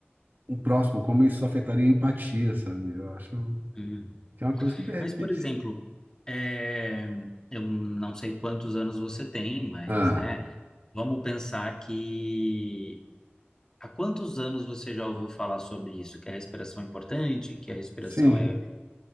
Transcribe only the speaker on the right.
o próximo, como isso afetaria a empatia, sabe? Eu acho
que é uma coisa que, de repente...
Ah,
sim,